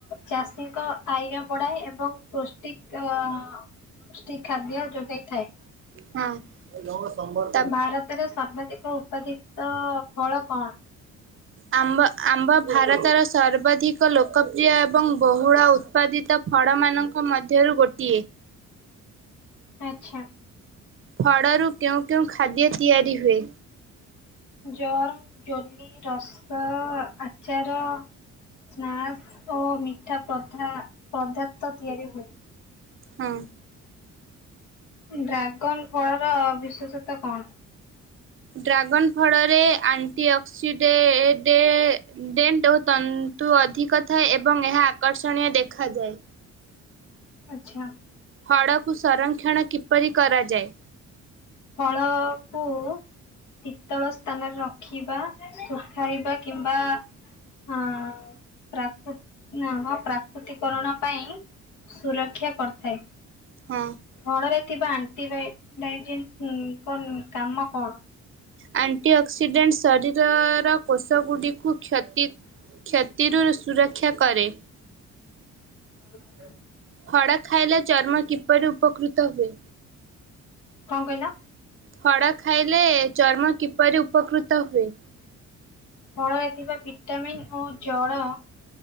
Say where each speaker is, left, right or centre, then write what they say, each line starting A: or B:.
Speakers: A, on the left; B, on the right.
A: ଚାଷୀଙ୍କ ଆୟ ବଢ଼ାଏ ଏବଂ ପୁଷ୍ଟି ପୁଷ୍ଟି ଖାଦ୍ୟ ଯୋଗାଇଥାଏ।
B: ହଁ। ମୋର ସମ୍ବର
A: ଭାରତରେ ସର୍ବାଧିକ ଉତ୍ପାଦିତ ଫଳ କଣ?
B: ଆମ୍ବ ଆମ୍ବ ଭାରତର ସର୍ବାଧିକ ଲୋକପ୍ରିୟ ଏବଂ ବହୁଳ ଉତ୍ପାଦିତ ଫଡ଼ ମାନଙ୍କ ମଧ୍ୟରୁ ଗୋଟିଏ।
A: ଆଚ୍ଛା।
B: ଫଡ଼ରୁ କେଉଁ କେଉଁ ଖାଦ୍ୟ ତିଆରି ହୁଏ?
A: ଜମ୍, ଜଲି, ରସ, ଆଚାର ସ୍ନାକସ ଓ ମିଠା ପଦାର୍ଥ ତିଆରି ହୁଏ।
B: ହଁ।
A: ଡ୍ରାଗନ ଫଳର ବିଶେଷତା କଣ?
B: ଡ୍ରାଗନ୍ ଫଳରେ ଆଣ୍ଟି ଅକ୍ସିଡେ ଡେ ଡେଣ୍ଟ ଓ ତ ଋତୁ ଅଧିକ ଥାଏ ଏବଂ ଏହା ଆକର୍ଷଣୀୟ ଦେଖାଯାଏ।
A: ଆଚ୍ଛା।
B: ଫଡ଼କୁ ସଂରକ୍ଷଣ କିପରି କରାଯାଏ?
A: ଫଳକୁ ଶୀତଳ ସ୍ଥାନରେ ରଖିବା ଶୁଖାଇବା କିମ୍ବା ହଁ ପ୍ରାକ ହଁ ପ୍ରାକୃତିକରଣ ପାଇଁ ସୁରକ୍ଷା କରିଥାଏ।
B: ହଁ।
A: ଫଳରେ ଥିବା ଆଣ୍ଟିବା ଡାଇଜିନଙ୍କ କାମ କଣ?
B: ଆଣ୍ଟି ଅକ୍ସିଡେଣ୍ଟ୍ ଶରୀରର କୋଷ ଗୁଡ଼ି କୁ କ୍ଷତି କ୍ଷତିରୁ ସୁରକ୍ଷା କରେ।
A: <inaudible>
B: ଖଡ଼ା ଖାଇଲା ଚର୍ମ କିପରି ଉପକୃତ ହୁଏ?
A: କଣ କହିଲ?
B: ଖଡ଼ା ଖାଇଲେ ଚର୍ମ କିପରି ଉପକୃତ ହୁଏ?
A: ଫଳରେ ଥିବା ଭିଟାମିନ୍ ଓ ଜଳ